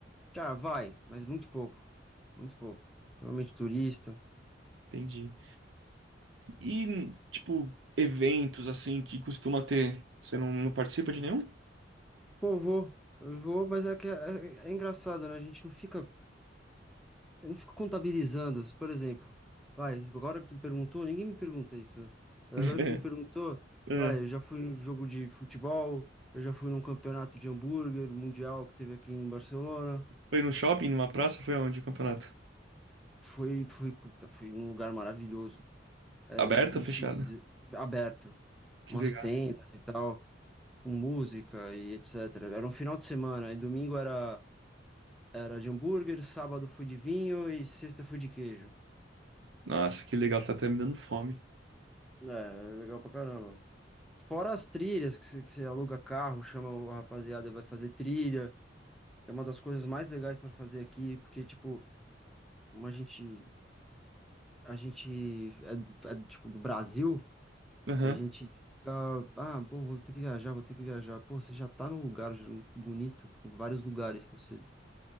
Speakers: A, in the centre; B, on the right (about 75°).
A: Cara, vai, mas muito pouco. Muito pouco. Normalmente turista.
B: Entendi. E, tipo, eventos assim que costuma ter. Você não, não participa de nenhum?
A: Pô, eu vou. Eu vou, mas é que é, é- é engraçado, né? A gente não fica. Eu não fico contabilizando. Por exemplo, vai, agora que tu me perguntou, ninguém me pergunta isso, né? Mas
B: <laughs>
A: agora que tu me perguntou,
B: É.
A: vai, eu já fui num jogo de futebol, eu já fui num campeonato de hambúrguer mundial que teve aqui em Barcelona.
B: Foi no shopping, numa praça? Foi onde o campeonato?
A: Foi, foi, puta, foi um lugar maravilhoso. É,
B: Aberto
A: não
B: ou fechado?
A: sei dizer, aberto.
B: Que
A: Umas
B: legal.
A: tendas e tal, com música e etc. Era um final de semana, e domingo era, era de hambúrguer, sábado foi de vinho e sexta foi de queijo.
B: Nossa, que legal, tá até me dando fome.
A: É, legal pra caramba. Fora as trilhas, que você que você aluga carro, chama o rapaziada e vai fazer trilha, que é uma das coisas mais legais pra fazer aqui, porque, tipo, como a gente, a gente é, é, tipo, do Brasil,
B: Aham.
A: A gente fica, ah, pô, vou ter que viajar, vou ter que viajar. Pô, você já tá num lugar já bonito, com vários lugares pra você,